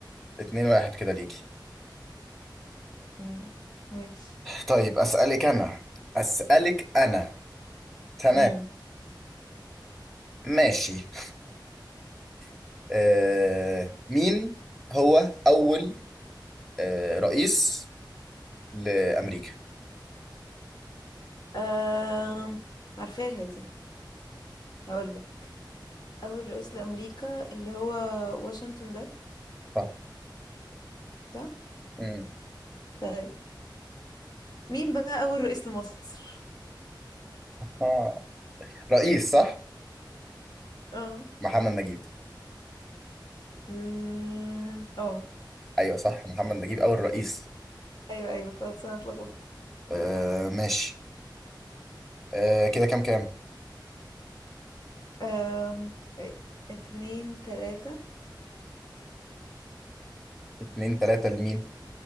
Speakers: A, in the centre; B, on the left.
A: 2 1 كده ليك
B: مم. ماشي
A: طيب أسألك أنا أسألك أنا تمام
B: امم
A: ماشي <laughs> آه، مين هو أول آه، رئيس لأمريكا؟
B: أم. عارفاها دي هقولك أول رئيس لأمريكا اللي هو واشنطن ده
A: صح
B: صح
A: مم.
B: طيب مين بقى أول رئيس لمصر
A: آه. رئيس صح؟
B: اه
A: محمد نجيب
B: مم. اه
A: أيوه صح محمد نجيب أول رئيس
B: ايوه ايوه خلاص انا اتلخبطت
A: آه، ماشي آه، كده كام كام؟
B: أم... إيه، اتنين تلاتة
A: اتنين تلاتة لمين؟